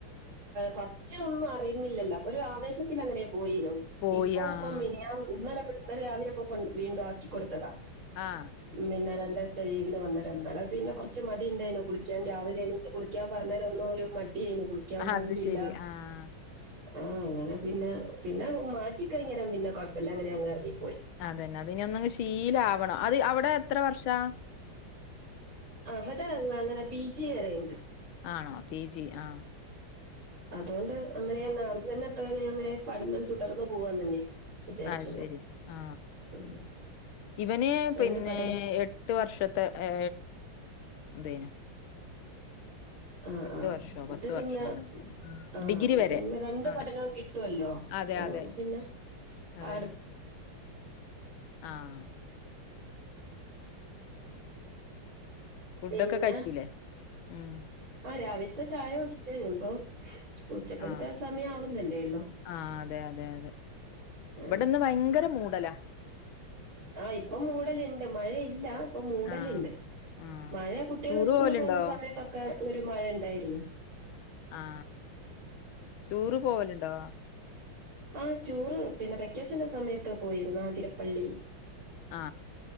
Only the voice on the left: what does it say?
പോയി
ആഹ്
ആഹ്
അത് ശരി ആഹ്
അതന്നെ അതിനി ഒന്നങ്ങ് ശീലാവണം. അത് അവിടെ എത്ര വർഷാ?
ആണോ? പി ജി ആ
ആ ശരി
ആ..
ഇവന് പിന്നെ
എട്ട് വർഷത്തെ ഏ എന്തേനു
എട്ട്
വർഷോ
പത്ത്
വർഷോ അങ്ങനെ എന്തോ ഉം
ഡിഗ്രി വരെ
അവിടെ
അതെ,
അതെ.
അതന്നെ.
ആ. ഫുഡൊക്കെ
കഴിച്ചൂലേ? ഉം.
ആ.
ആ. അതെ അതെ അതെ
ഇബടെന്ന് ഭയങ്കര മൂടലാ.
ആ. ആ.
ടൂറ്
പോവലുണ്ടോ?
ആ.. ടൂറ് പോവലുണ്ടോ?
ആ